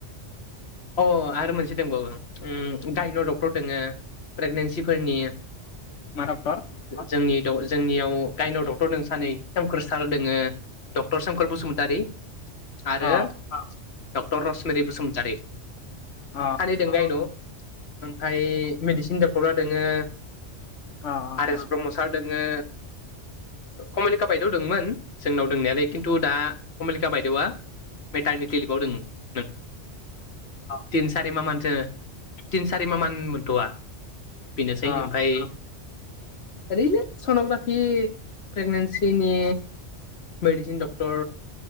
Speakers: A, on the left (about 60°); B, on the left (about 85°).
A: अ आरो मोनसे दंबावो गडायन' डक्टर दोंङो प्रेगनेन्सिफोरनि
B: मा डक्टर
A: जोंनि जोंनियाव गायनाव डक्टर दं सानै सोमखोर सार दोंङो डक्टर सोमखोर बसुमतारि आरो
B: अ
A: डक्टर रसमित बसुमतारि
B: अ
A: सानै दों गायन' ओमफाय मेडिसिन डक्टरा दोंङो
B: <unintelligible>
A: जगेश ब्रह्म सार दोंङो कमलिका बायदेव दंमोन जोंनाव दंनायालाय खिन्थु दा कमलिका बायदेवा मेटारनि किलिबाव दोङो तिन सारि मा मानसो तिन सारि मा मान मोनथ'वा बेनोसै
B: अ
A: ओमफ्राय ओरैनो सन'ग्राफि प्रेगनेन्सिनि मेडिसिन डक्टर